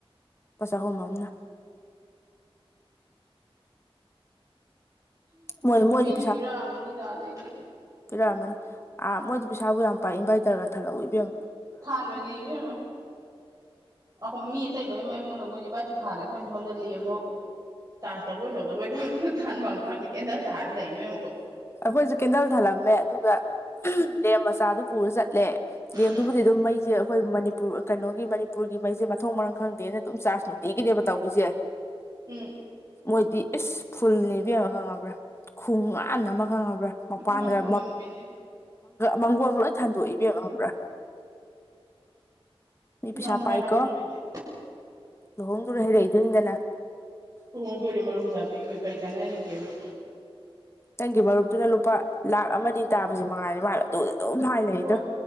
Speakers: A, on the left; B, on the right.
A: ꯂꯨꯄꯥ ꯆꯍꯨꯝ ꯑꯃꯅ ꯃꯣꯏ ꯃꯣꯏꯗꯤ
B: ꯄꯤꯗꯤ ꯄꯤꯔꯛꯑꯝꯃꯅꯤꯗꯥ ꯑꯥꯗꯩꯗꯤ
A: ꯄꯤꯔꯛ ꯑꯝꯃꯅꯤ ꯑꯥ ꯃꯣꯏꯗꯤ ꯄꯩꯁꯥꯕꯨ ꯌꯥꯝ ꯄꯥꯏ ꯏꯟꯚꯥꯏꯇꯔꯒ ꯊꯜꯂꯕꯨꯛ ꯂꫭꯏꯄꯤꯔꯝꯃꯦ
B: ꯊꯥꯗꫭꯏꯅꯤ ꯏꯕꯦꯝꯃꯥ ꯑꯩꯈꯣꯏ ꯃꯤ ꯑꯇꯩ ꯂꯣꯏ ꯃꯩ ꯃꯨꯠꯂ ꯃꯣꯏꯗꯤ ꯏꯟꯕꯥꯏꯇꯔ ꯊꯥꯜꯂꯦ ꯑꯩꯈꯣꯏꯅ ꯁꯣꯝꯗꯥ ꯂꯦꯝ ꯐꯥꯎ ꯆꯥꯔꯁ ꯇꯧꯕꯣꯏ ꯇꯧꯗꯕꫭꯏ ꯊꯥꯟꯕꯝ ꯈꯪꯗꯦ ꯀꯦꯟꯗꯜ ꯊꯥꯜꯂ ꯂꯩ ꯏꯕꯦꯝꯃ ꯑꯈꫭꯏ
A: ꯑꯩꯈꯣꯏꯁꯨ ꯀꯦꯟꯗꯜ ꯊꯜꯂꯝꯃꯦ ꯑꯗꯨꯒ ꯂꯦꯝ ꯃꯆꯥꯗꯨ ꯄꯨꯔ ꯆꯠꯂꯦ ꯂꯦꯝꯗꯨꯕꯨꯗꯤ
B: ꯎꯝ
A: ꯑꯗꯨꯝ ꯃꯩꯁꯦ ꯑꯩꯈꯣꯏ ꯃꯥꯅꯤ ꯀꯩꯅꯣꯒꯤ ꯃꯅꯤꯄꯨꯔꯒꯤ ꯃꯩꯁꯦ ꯃꯊꯣꯡ ꯃꯔꯝ ꯈꯪꯗꯦꯅ ꯑꯗꯨꯝ ꯆꯥꯔꯖ ꯅꯨꯡꯇꯤꯒꯤꯅꯦꯕ ꯇꯧꯔꯤꯁꯦ
B: ꯎꯝ
A: ꯃꯣꯏꯗꯤ ꯏꯁ ꯐꯨꯜ ꯅꯦ ꯏꯕꯦꯃꯥ ꯈꯪꯉꯕ꯭ꯔꯥ ꯈꯣꯡꯒꯥꯟ ꯑꯃ ꯈꯪꯉꯕ꯭ꯔꯥ ꯃꯄꯥꯟꯒ
B: ꯉꯝꯕꯨ ꯉꯝꯃꯤꯅꯦ
A: ꯃꯪꯒꯣꯜꯒ ꯂꯣꯏ ꯊꯟꯗꯣꯑ ꯈꯪꯉꯥꯕ꯭ꯔꯥ ꯃꯤ ꯄꯩꯁꯥ
B: ꯉꯝꯃꯦ
A: ꯄꯥꯏꯀꯣ
B: ꯍꯥꯏꯕ ꯃꯣꯏꯗꯤ
A: ꯂꯨꯍꯣꯡꯗꯨꯅ ꯍꯔꯛꯏꯗꯣꯏꯅꯤꯗꯅ
B: ꯂꯨꯍꯣꯡꯗꯣꯔꯦ ꯃꯔꯨꯞ ꯄꯩꯁꯥ ꯄꯤꯌꯣ ꯀꯔꯤ ꯆꯥꯅꯔꯤꯒꯦꯕ
A: ꯅꯪꯒꯤ ꯃꯔꯨꯞꯇꯨꯅ ꯂꯨꯄꯥ ꯂꯥꯛ ꯑꯃꯗꯤ ꯇꯥꯕꯁꯨ ꯃꯉꯥꯏꯅꯤ ꯃꯥꯥꯏꯕ ꯑꯗꯨꯗ ꯑꯗꯨꯝ ꯍꯥꯏꯅꯔꯤꯗꯣ
B: ꯍꯣꯏ